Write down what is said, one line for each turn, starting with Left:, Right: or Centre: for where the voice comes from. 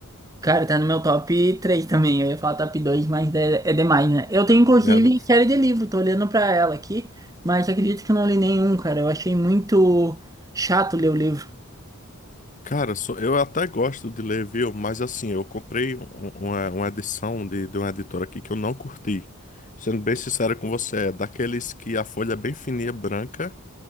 Right: Cara, tá no meu top 3 também. Eu ia falar top 2, mas é, é demais, né? Eu tenho, inclusive,
Left: É, né?
Right: série de livro. Tô olhando pra ela aqui. Mas acredito que eu não li nenhum, cara. Eu achei muito chato ler o livro.
Left: Cara, sou- eu até gosto de ler, viu? Mas assim, eu comprei um- um, uma, uma edição de, de uma editora aqui que eu não curti. Sendo bem sincero com você, é daqueles que a folha é bem fininha, branca,